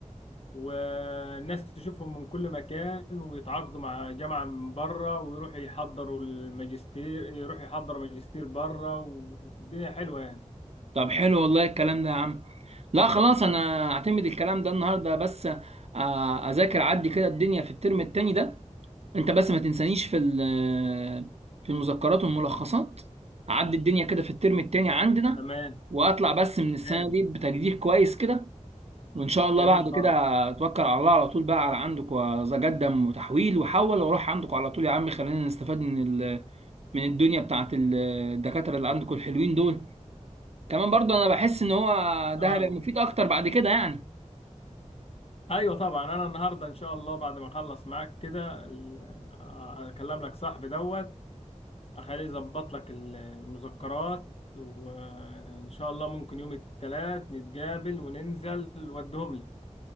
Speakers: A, on the left; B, on the right.
A: والناس تشوفهم من كل مكان ويتعاقدوا مع جامعة من بره ويروحوا يحضروا الماجستير يروحوا يحضروا ماجستير بره والدنيا حلوة يعني
B: طب حلو والله الكلام ده يا عم لا خلاص انا اعتمد الكلام ده النهارده بس آه، اذاكر عدي كده الدنيا في الترم التاني ده انت بس ما تنسانيش في ال- في المذكرات والملخصات اعدي الدنيا كده في الترم التاني عندنا
A: تمام
B: واطلع بس من السنه
A: ماشي
B: دي بتقدير كويس كده وان شاء الله
A: جميل
B: بعد
A: خالص
B: كده اتوكل على الله على طول بقى على عندك واتقدم وتحويل وحول واروح عندك على طول يا عم خلينا نستفاد من ال- من الدنيا بتاعت ال- الدكاتره اللي عندكم الحلوين دول كمان برضو انا بحس ان هو ده
A: اه
B: هيبقى مفيد اكتر بعد كده يعني
A: ايوه طبعا انا النهارده ان شاء الله بعد ما اخلص معاك كده ال- اكلم لك صاحبي دوت اخليه يظبط لك ال- المذكرات وان شاء الله ممكن يوم الثلاث نتقابل وننزل ودهم لك